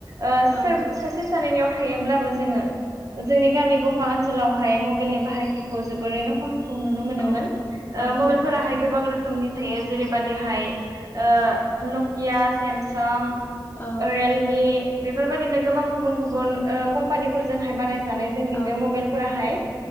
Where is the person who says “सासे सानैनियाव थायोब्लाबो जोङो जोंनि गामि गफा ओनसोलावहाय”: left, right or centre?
Right